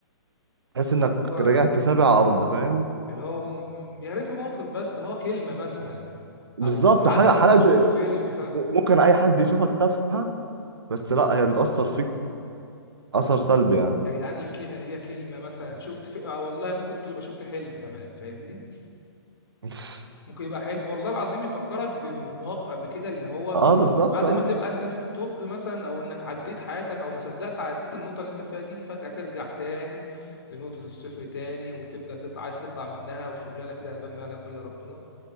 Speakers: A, on the right (about 65°); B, on the left (about 65°).
A: تحس
B: اللي
A: انك
B: هو
A: رجعت سابع ارض فاهم
B: اللي هو م- م- يا ريته موقف بس ده هو كلمه مثلا
A: بالظبط
B: او حد
A: حاجه
B: ممكن
A: حاجه
B: تشوفه
A: ت-
B: في فيلم
A: ممكن اي حد يشوفك تافهه بس لا هي بتاثر فيك اثر سلبي يعني
B: يا جدعان الكي... هي كلمة مثلا شفت في... آه والله ممكن تبقى شفت حلم كمان فاهمني
A: <laughs>
B: ممكن يبقى حلم والله العظيم يفكرك ب- بمواقف قبل كده اللي هو
A: اه بالظبط
B: بعد
A: اه
B: ما تبقى انت في التوب مثلا او انك عديت حياتك او ما صدقت عديت النقطة اللي انت فيها دي فجأة ترجع تاني لنقطة الصفر تاني وتبدأ تطلع عايز تطلع منها وشغلانة كده هبان ما يعلم بالله ربنا